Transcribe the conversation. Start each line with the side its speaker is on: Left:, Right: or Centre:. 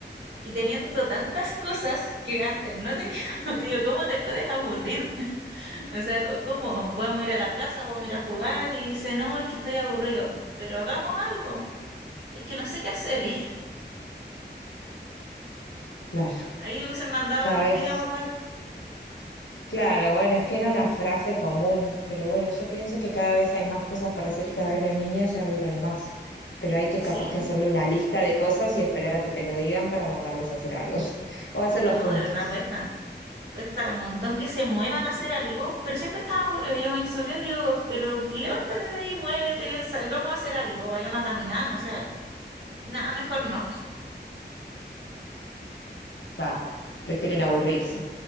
Right: y teniendo tantas cosas que antes no teníamos. <laughs> Digo, ¿cómo te puedes aburrir? <laughs> O sea, co- ¿cómo? Podemos ir a la plaza, podemos ir a jugar y dice, no, es que estoy aburrido. Pero hagamos algo. Es que no sé qué hacer. <laughs> Y
Left: Claro,
Right: ahí hubiesen mandado
Left: cada
Right: a tejer
Left: vez,
Right: y a bordar.
Left: claro, bueno, es que era una frase común, pero bueno, yo pienso que cada vez hay más cosas para hacer y cada vez los niños se aburren más, pero hay que
Right: Eh, Sí,
Left: capaz que hacerle una lista de cosas y esperar a que te lo digan para mandarlos a hacer algo, <laughs> o hacerlo
Right: no,
Left: juntos.
Right: de verdad cuesta. cuesta un montón que se muevan a hacer algo, pero siempre están aburridos. Yo a mi sobrino le digo, pero levántate de ahí, muévete, salgamos a hacer algo, vayamos a caminar, no sé nada, mejor no.
Left: Ah, prefieren aburrirse.